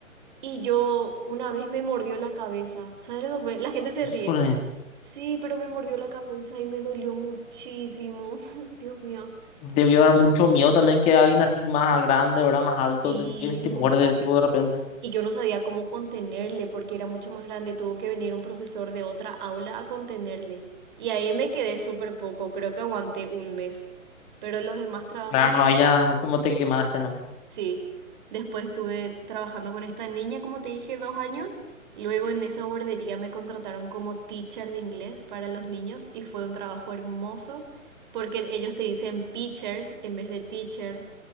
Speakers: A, on the right; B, on the left.
A: y yo una vez me mordió la cabeza. ¿Sabes lo que fue? La gente se
B: Híjole.
A: ríe. Sí, pero me mordió la cabeza y me dolió muchísimo. <laughs> Dios mío.
B: Debió
A: Y,
B: dar mucho miedo también que alguien así más grande, ¿verdad? Más alto,
A: y
B: te, vienes y te
A: es muy
B: muerde, tipo, de repente.
A: Y yo no sabía cómo contenerle porque era mucho más grande. Tuvo que venir un profesor de otra aula a contenerle. Y ahí me quedé súper poco. Creo que aguanté un mes. Pero los demás trabajos,
B: Claro, allá como te quemaste, ¿no?
A: sí. Después estuve trabajando con esta niña, como te dije, dos años. Luego en esa guardería me contrataron como teacher de inglés para los niños y fue un trabajo hermoso porque ellos te dicen pitcher en vez de teacher